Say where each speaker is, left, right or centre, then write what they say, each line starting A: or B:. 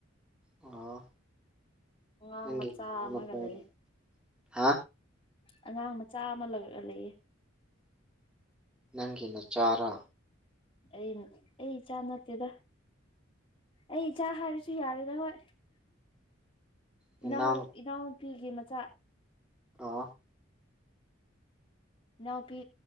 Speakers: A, in the centre; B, on the left.
A: ꯑꯣ
B: ꯑꯉꯥꯡ
A: ꯅꯪꯒꯤ
B: ꯃꯆꯥ
A: <unintelligible>
B: ꯑꯃꯒ ꯂꯩ
A: ꯍꯥ
B: ꯑꯉꯥꯡ ꯃꯆꯥ ꯑꯃꯒ ꯂꯩꯌꯦ
A: ꯅꯪꯒꯤ ꯅꯆꯥꯔꯥ
B: ꯑꯩꯅ ꯑꯩ ꯏꯆꯥ ꯅꯠꯇꯦꯗ ꯑꯩ ꯏꯆꯥ ꯍꯥꯢꯔꯁꯨ ꯌꯥꯔꯦꯗ ꯍꯣꯢ
A: ꯅꯅꯥꯎ
B: ꯏꯅꯥꯎ ꯏꯅꯥꯎ ꯅꯨꯄꯤꯒꯤ ꯃꯆꯥ
A: ꯑꯣ ꯑꯣ
B: ꯏꯅꯥꯎꯄꯤ